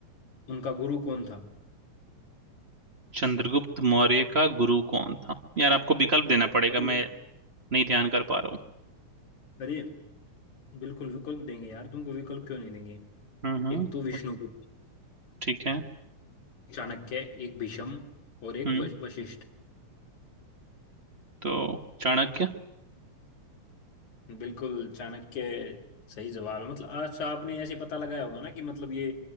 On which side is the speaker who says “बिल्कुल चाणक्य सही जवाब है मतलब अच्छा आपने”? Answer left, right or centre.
Left